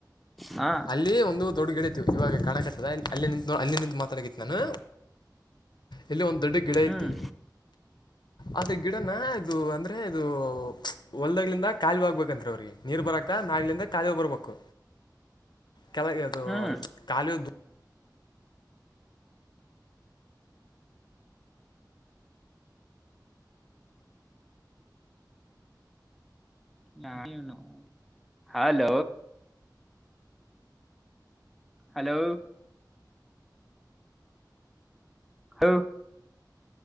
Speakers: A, in the centre; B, on the left.
A: ಹಾ
B: ಅಲ್ಲಿ ಒಂದು ದೊಡ್ಡಗಿಡ ಐತಿ ಇವಾಗ ಕಣಕ ಸದ ಅಲ್ಲಿ ನಿಂತು ಅಲ್ಲಿ ನಿಂತು ಮಾತಾಡಾಕತ್ತೀನಿ ನಾನು ಇಲ್ಲಿ ಒಂದು ದೊಡ್ಡ ಗಿಡ
A: ಹ್ಮ್
B: ಐತಿ ಅದು ಗಿಡನ ಇದು ಅಂದ್ರೆ ಇದು ಒಲ್ಗ್ದ ಖಾಲಿ ಆಗಗ್ಬೇಕಂತ್ರಿ ಅವ್ರಿಗೆ ನೀರ್ ಬರಕ ಮ್ಯಾಗಲಿಂದ ಖಾಲಿ ಹಿ ಬರ್ಬೇಕು
A: <inaudible>
B: ಕೆಲಗೆ ಅದು
A: ಹ್ಮ್
B: ಕಾಲಿಯ
A: <inaudible> ಹಲೋ ಹಲೋ ಹ